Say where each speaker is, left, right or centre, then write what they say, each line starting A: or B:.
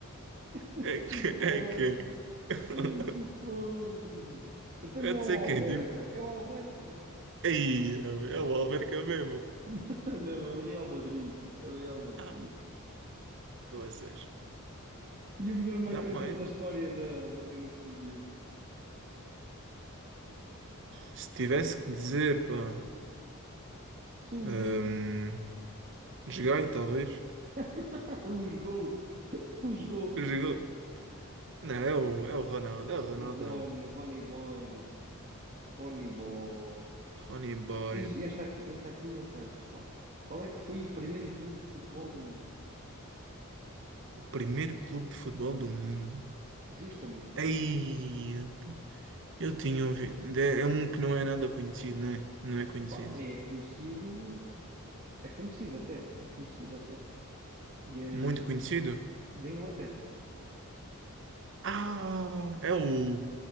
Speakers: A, on the right; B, on the right.
A: O
B: É que,
A: Sporting.
B: é que. <laughs>
A: É o Sporting. Então
B: É
A: não
B: de
A: é o
B: ser
A: Alverca.
B: quem? Tipo,
A: É o Alverca.
B: aí, é o Alverca mesmo.
A: <laughs> Ah, Não, é o Real Madrid. É o Real Madrid.
B: Ah, poças.
A: E o melhor marcador
B: Dá mais,
A: da
B: mano.
A: história da, da Liga dos Campeões.
B: Se tivesse que dizer, pá.
A: Sui.
B: hum, joguei, talvez.
A: <laughs> Os GOAT. Os GOAT.
B: Jogou. Não, é o, é o Ronaldo, é o Ronaldão.
A: O Rony, Rony Boy. Rony Boy.
B: Ronnie Boy,
A: E esta aqui, esta aqui não acertas, pá. Qual é que foi o primeiro clube de futebol do mundo?
B: o primeiro clube de futebol do mundo.
A: Justamente.
B: Aí, pá. Eu tinha ouvido. É, é um que não é nada conhecido, né? Não é conhecido.
A: Epá, é conhecido. É conhecido até. É conhecido até. E, hum,
B: Muito conhecido?
A: e- da Inglaterra.
B: Ah, é o